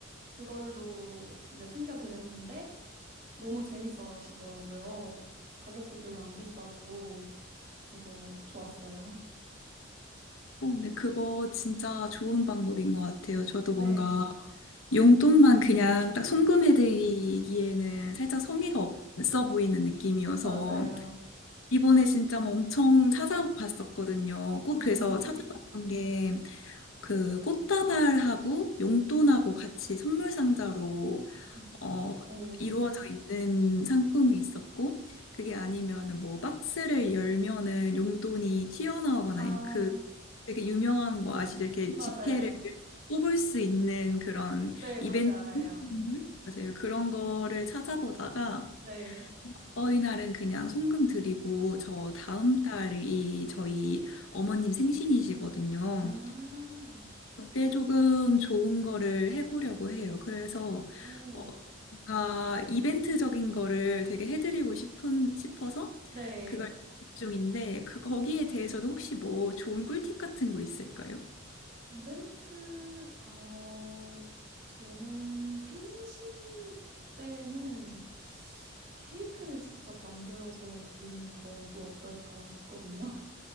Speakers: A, on the right (about 45°); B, on the left (about 80°).
A: 그걸로 이제 챙겨 드렸는데 너무 재밌어 하시더라고요. 가격도 별로 안 비싸고 그래서 좋았어요.
B: 어, 근데 그거 진짜 좋은 방법인 것 같아요.
A: <laughs>
B: 저도 뭔가
A: 네,
B: 용돈만 그냥 딱 송금해드리기에는 살짝 성의가 없어 보이는 느낌이어서
A: 맞아요.
B: 이번에 진짜 뭐 엄청 찾아봤었거든요. 꼭
A: 아,
B: 그래서 찾아봤던 게 그 꽃다발하고 용돈하고 같이 선물 상자로
A: 음.
B: 어,
A: 오.
B: 이루어져 있는 상품이 있었고, 그게 아니면은 뭐 박스를 열면은 용돈이 튀어나오거나,
A: 아,
B: 아니면 그 되게 유명한 거 아시죠? 이렇게
A: 맞아요.
B: 지폐를 뽑을 수 있는 그런
A: 네,
B: 이벤트?
A: 뭔지 알아요.
B: 음. 맞아요. 그런 거를 찾아보다가,
A: 네.
B: 어이 날은 그냥 송금 드리고, 저 다음 달이 저희 어머님 생신이시거든요.
A: 아,
B: 그때 조금 좋은 거를 해보려고 해요. 그래서
A: 오.
B: 어, 뭔가 이벤트적인 거를 되게 해드리고 싶은 싶어서
A: 네.
B: 그걸 계획 중인데 그 거기에 대해서도 혹시 뭐 좋은 꿀팁 같은 거 있을까요?
A: 이벤트, 어, 저는 생신 때는 케이크를 직접 만들어서 드리는 건 또 어떨까 싶거든요.